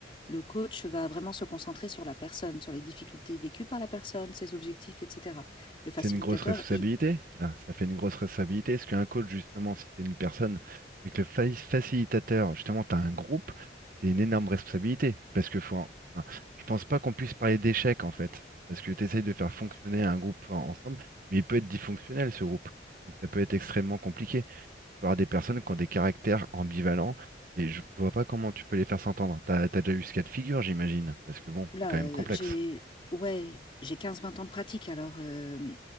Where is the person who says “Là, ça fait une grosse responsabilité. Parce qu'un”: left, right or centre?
Right